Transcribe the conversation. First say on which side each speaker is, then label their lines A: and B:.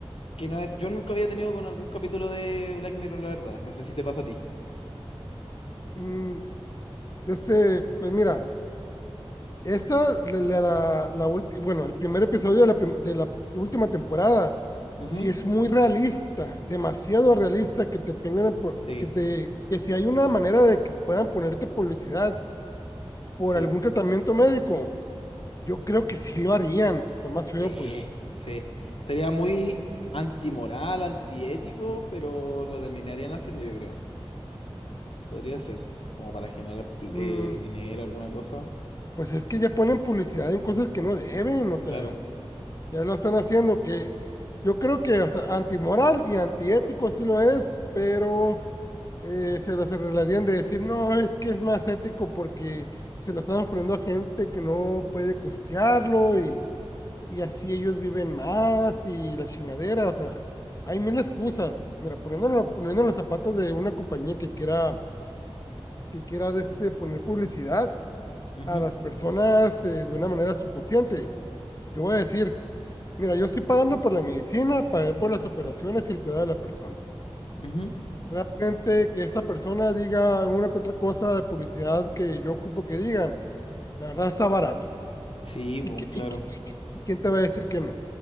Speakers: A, on the left (about 65°); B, on the left (about 35°).
A: que no, yo nunca había tenido con algún capítulo de Black Mirror, la verdad. No sé si te pasa a ti.
B: mm, este, pues mira, Esta, la, la, la la ulti- bueno, el primer episodio de la, prim- de la última temporada,
A: Ujú.
B: sí es muy realista, demasiado realista que te pongan, a po-
A: Sí,
B: que te, que si hay una manera de que puedan ponerte publicidad por
A: sí,
B: algún tratamiento médico, yo creo que sí lo harían. Lo más feo,
A: sí,
B: pues,
A: sí. Sería muy antimoral, antiético, pero lo terminarían haciendo, yo creo. Podría ser, como para generar pl-
B: mm,
A: eh, dinero, alguna cosa.
B: pues es que ya ponen publicidad en cosas que no deben, o sea.
A: Claro.
B: Ya lo están haciendo, que yo creo que o sea, antimoral y antiético sí lo es, pero eh, se las arreglarían de decir, no, es que es más ético porque se lo están ofreciendo a gente que no puede costearlo y, y así ellos viven más y la chingadera, o sea, hay mil excusas. Mira, poniéndolo, poniendo los zapatos de una compañía que quiera, que quiera de este, poner publicidad
A: Ujú,
B: a las personas eh, de una manera subconsciente. Yo voy a decir, Mira, yo estoy pagando por la medicina, pagué por las operaciones y el cuidado de la persona.
A: ujú.
B: Realmente que esta persona diga una que otra cosa de publicidad que yo ocupo que diga, la verdad está barato.
A: Sí,
B: ¿Y,
A: pues
B: que-
A: claro.
B: y que- y que- y quién te va a decir que no?